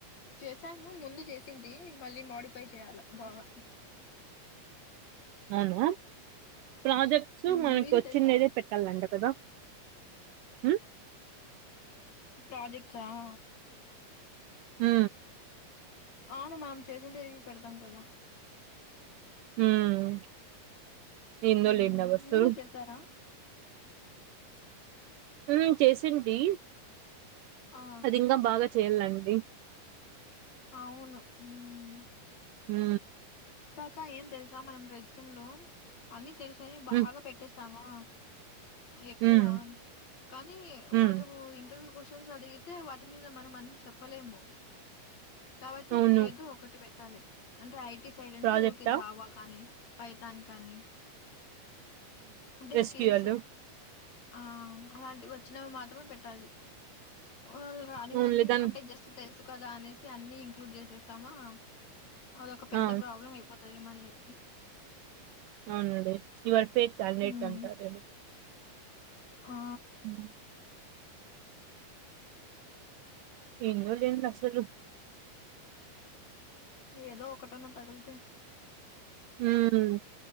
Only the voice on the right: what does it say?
అవునా ప్రాజెక్ట్స్
మనకు
వచ్చిండేదే
పెట్టళ్లంట. కదా మ్
మ్
మ్ కిందోల్
ఎండకొస్తారు
మ్ చేసింది
అది ఇంకా బాగా చేయల్లండి.
మ్
ఉమ్,
ఉమ్,
ఉమ్.
అవును
ప్రాజెక్టా
ఎస్క్యూఎల్
అవునులే దాని
ఆ
అవునండి యువర్ ఫేక్ కాండిడేట్
అంతర్ ఏమో
ఉ ఏందో లేండి అసలు
ఉమ్